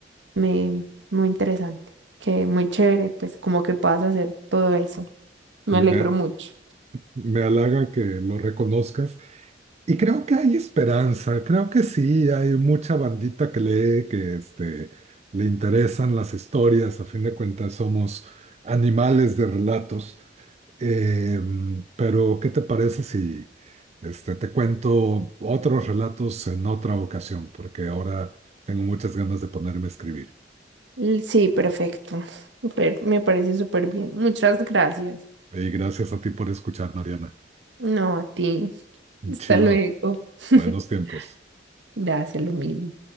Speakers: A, on the right; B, on the right.
A: me, muy interesante, que muy chévere, pues como que puedas hacer todo eso. Me
B: Me,
A: alegro mucho.
B: me halaga que lo reconozcas Y creo que hay esperanza, creo que sí, hay mucha bandita que lee, que este, le interesan las historias, a fin de cuentas somos animales de relatos. Eh, pero, ¿qué te parece si este, te cuento otros relatos en otra ocasión? Porque ahora tengo muchas ganas de ponerme a escribir.
A: L- Sí, perfecto. per- Me parece súper bien. Muchas gracias.
B: Y gracias a ti por escuchar, Mariana.
A: No, a ti. Hasta
B: Chido,
A: luego. <laughs>
B: buenos tiempos.
A: Gracias, lo mismo.